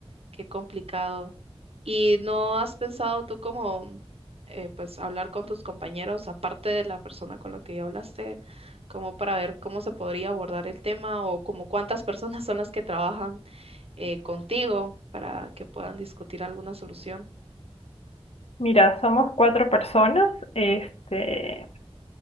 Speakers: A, on the right; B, on the left.
A: Qué complicado. ¿Y no has pensado tú como, eh, pues, hablar con tus compañeros, aparte de la persona con la que ya hablaste, como para ver cómo se podría abordar el tema o como cuántas <laughs> personas son las que trabajan eh, contigo para que puedan discutir alguna solución?
B: Mira, somos cuatro personas, este,